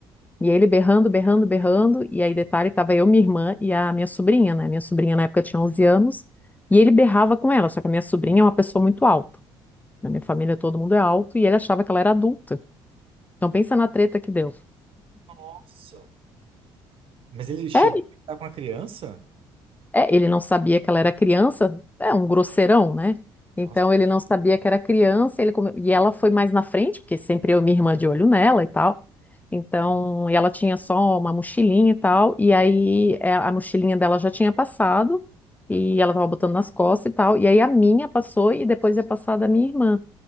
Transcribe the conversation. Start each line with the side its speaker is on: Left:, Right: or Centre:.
Left: E ele berrando, berrando, berrando. E aí, detalhe, tava eu, minha irmã e a minha sobrinha, né? Minha sobrinha na época tinha 11 anos. E ele berrava com ela, só que a minha sobrinha é uma pessoa muito alta. Na minha família todo mundo é alto e ele achava que ela era adulta. Então pensa na treta que deu.
Right: nossa! Mas ele chegou
Left: É,
Right: a ficar com a criança?
Left: É, ele não sabia que ela era criança, é um grosseirão, né? Então
Right: Nossa.
Left: ele não sabia que era criança, ele come- e ela foi mais na frente, porque sempre eu e minha irmã de olho nela e tal. Então, e ela tinha só uma mochilinha e tal, e aí é, a mochilinha dela já tinha passado, e ela tava botando nas costas e tal, e aí a minha passou e depois ia passar a da minha irmã.